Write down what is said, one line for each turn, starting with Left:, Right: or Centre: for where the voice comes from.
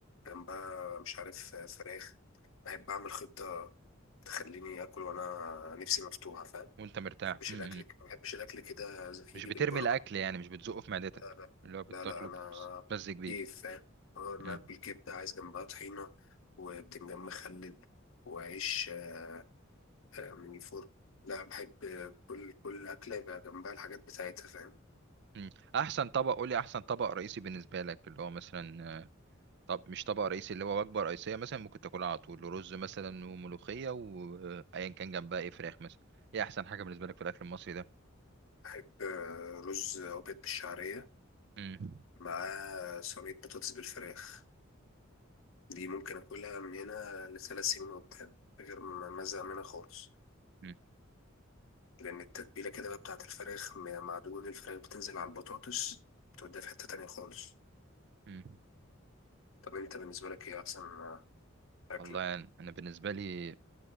Left: جنبها مش عارف آه، فراخ بحب اعمل خطه تخليني اكل وانا نفسي مفتوحه فاهم ما
Right: وأنت مرتاح
Left: بحبش
Right: مم.
Left: الاكل
Right: مم.
Left: ما بحبش الاكل كده زي-
Right: مش
Left: يجي
Right: بترمي
Left: بالبركه
Right: الأكل يعني مش بتزقه في معدتك
Left: لا لا
Right: اللي هو بتاكله
Left: لا لا انا
Right: بتتمزج بيه
Left: كيف فاهم اه انا
Right: مم.
Left: اكل كبده عايز جنبها طحينه وبتنجان مخلل وعيش آه، آه، من الفرن لا بحب آه، كل كل اكله يبقى جنبها الحاجات بتاعتها فاهم
Right: مم. أحسن طبق قولي أحسن طبق رئيسي بالنسبة لك اللي هو مثلا آه، طب مش طبق رئيسي اللي هو وجبة رئيسية مثلا ممكن تاكلها على طول رز مثلا وملوخية وأيا كان جنبها إيه فراخ مثلا إيه أحسن حاجة بالنسبة لك في الأكل المصري ده
Left: بحب آه، رز أبيض بالشعرية
Right: مم.
Left: مع صينية بطاطس بالفراخ دي ممكن أكلها من هنا لثلاث سنين قدام من غير ما ما أزهق منها خالص
Right: مم.
Left: لأن التتبيلة كده بقى بتاعة الفراخ م- مع دهون الفراخ بتنزل على البطاطس بتوديها في حتة تانية خالص
Right: مم.
Left: طب أنت بالنسبة لك إيه أحسن آه، أكلة؟
Right: والله يعني انا بالنسبه لي